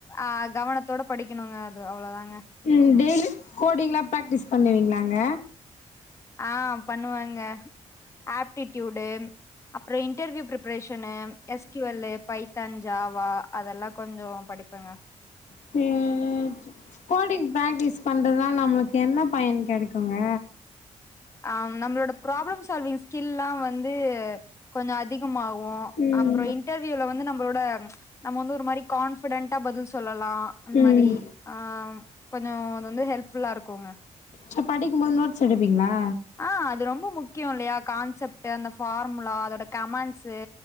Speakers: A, on the left (about 25°); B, on the left (about 75°).
A: அ கவனத்தோட படிக்கணுங்க அது அவ்வளோதாங்க
B: ம் டெய்லி கோடிங்லா ப்ராக்டிஸ் பண்ணுவீங்களாங்க
A: ஆ பண்ணுவங்க ஆப்ட்டிடியூடு அப்பற இன்டர்வியூ பிரப்ரேஷன்னு எஸ்கூல்ல பைத்தன் ஜாவா அதெல்லா கொஞ்சோ படிப்பங்க
B: ம் ம் ம் கோடிங் ப்ராக்டிஸ் பண்றதுனா நம்மளுக்கு என்ன பயன் கெடைக்குங்க
A: ஆ நம்ளோட ப்ராப்ளம்ஸ் சவிங் ஸ்கில்ல்லா வந்து கொஞ்சோ அதிகமாகு
B: ம்
A: அப்பற இன்டர்வியூல வந்து நம்மளோட நம்ம வந்து ஒரு மாரி கான்பிடென்டா பதில் சொல்லலா அந்த
B: ம்
A: மாரி ஆம் கொஞ்ச அது வந்து ஹெல்ப்ஃபுல்லா இருக்குங்க
B: ச படிக்கு முன்ன நோட்ஸ் எடுப்பீங்களா
A: ஆ அது ரொம்ப முக்கியோ இல்லையா கான்செப்ட்டு அந்த ஃபார்முலா அதோட கமண்ட்ஸ்சு